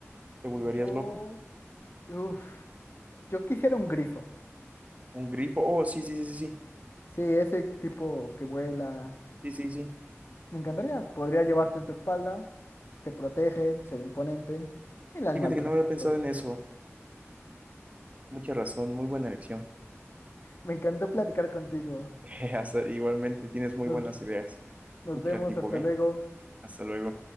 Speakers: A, on the right; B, on the left.
A: ¿Te volverías
B: Yo,
A: loco?
B: uf, yo quisiera un grifo.
A: ¿Un grifo? Oh, sí, sí, sí, sí, sí,
B: Sí, ese tipo que vuela.
A: sí, sí, sí.
B: Me encantaría. Podría llevarte en su espalda, te protege, se ve imponente. El animal
A: Fíjate
B: perfecto.
A: que no había pensado en eso. Mucha razón, muy buena elección.
B: Me encantó platicar contigo.
A: <laughs> Hasta- Igualmente tienes muy
B: Nos,
A: buenas ideas.
B: nos
A: Muy
B: vemos,
A: creativo,
B: hasta
A: ¿eh?
B: luego.
A: Hasta luego.